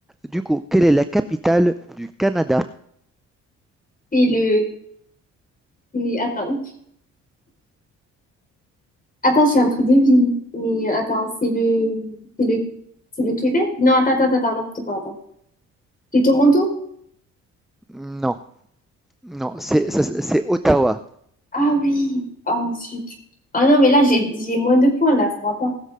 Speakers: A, in the centre; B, on the left.
A: Du coup, quelle est la capitale du Canada?
B: C'est le... c'est- Attends. Attends, c'est un truc de ville. Mais euh, attends, c'est le... C'est le... C'est le Québec? Non, attends, attends, attends, non, pas, attends. C'est Toronto?
A: Non, non, c'est ça c'est Ottawa.
B: Ah oui. Oh, zut. Ah non, mais là, j'ai j'ai moins de points, là, ça va pas.